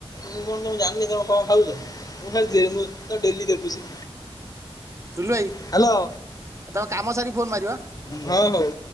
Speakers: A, on the left; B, on the right.
A: ମୁଁ କଣ ତମ ଜାଣିନି ତମ କଣ ଖାଉଛ ମୁଁ ଖାଲି ମୁଁ ତ ଡେଲି ଦେଖୁଛି।
B: ସୁଲୁ ଭାଇ
A: ହ୍ୟାଲୋ
B: ତମେ କାମ ସାରିକି ଫୋନ ମାରିବ।
A: ହଁ ହଉ।